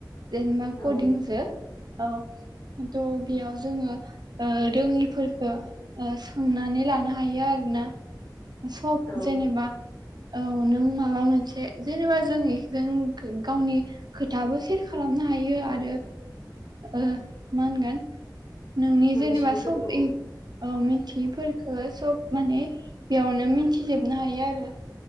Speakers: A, on the right (about 65°); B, on the left (about 75°).
A: दे नोंना
B: औ
A: कदिंसो बेयाव जोङो रोङिफोरखौ सोंनानै लानो हायो आरोना सब
B: औ
A: जेनेबा औ नों माबा मोनसे जेनेबा जों एकप्लेनजों गावनि खोथाबो सेयार खालामनो हायो आरो ओ मा होनगोन नोंनि
B: मोनथियैफोरखौ
A: जेनेबा सब औ मिथियैफोरखौ सब माने बेयावनो मिथिजोबनो हायो आरो